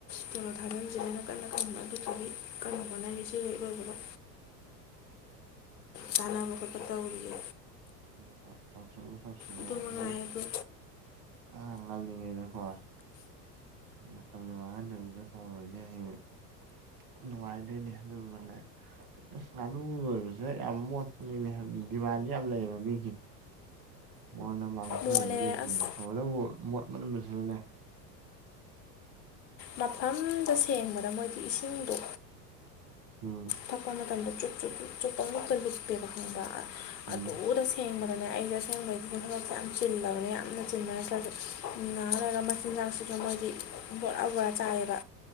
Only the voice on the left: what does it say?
ꯀꯣꯂꯣ ꯊꯥꯕꯁꯤꯅꯦꯅ ꯀꯟꯅ ꯇꯧꯅꯕꯒꯤꯒꯤ ꯀꯥꯟꯕꯣꯅ ꯏꯗꯤ ꯂꯩ ꯑꯣꯏꯕꯕ ꯆꯥꯅꯕ ꯈꯣꯠꯄ ꯇꯧꯔꯤꯌꯦ
ꯑꯗꯨ
ꯃꯉꯥꯏ ꯑꯗꯣ
ꯃꯣꯜꯂꯦ
ꯑꯁ
ꯃꯐꯝꯗ ꯁꯦꯡꯕꯗ ꯃꯣꯏꯗꯤ ꯏꯁꯤꯡꯗꯣ
ꯊꯛꯄ ꯃꯇꯝꯗ ꯆꯨꯞ ꯆꯨꯞ ꯆꯨꯞ ꯆꯨꯞꯄ ꯑꯃꯨꯛꯇ ꯂꯤꯄꯦꯕ ꯈꯪꯕ
ꯑꯗꯨꯔ ꯁꯦꯡꯕꯗꯅꯦ ꯑꯩꯁ ꯑꯁꯦꯡꯕꯩꯗꯨꯗꯤ ꯊꯣꯔꯛꯁꯦ ꯌꯥꯝ ꯆꯤꯜꯍꯧꯔꯦ ꯌꯥꯝꯅ ꯆꯤꯟꯅꯔ ꯐ ꯉꯍꯥꯛ ꯂꯩꯔꯒꯥ ꯃꯣꯏꯗꯤ ꯃꯆꯤꯟꯖꯥꯛꯁꯤꯁꯨ ꯃꯣꯏꯗꯤ ꯕꯣꯔꯥ ꯕꯣꯔꯥ ꯆꯥꯏꯌꯦꯕ